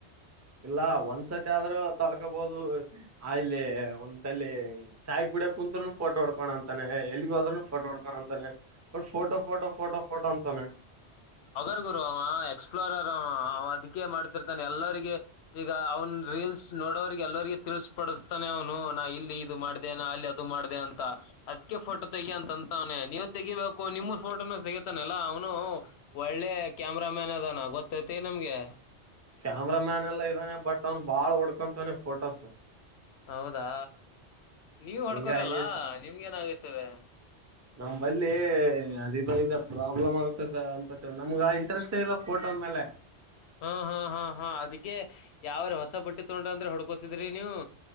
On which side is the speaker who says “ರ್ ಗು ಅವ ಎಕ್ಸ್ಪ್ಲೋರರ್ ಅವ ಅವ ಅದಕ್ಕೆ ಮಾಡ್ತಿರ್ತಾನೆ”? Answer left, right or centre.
Left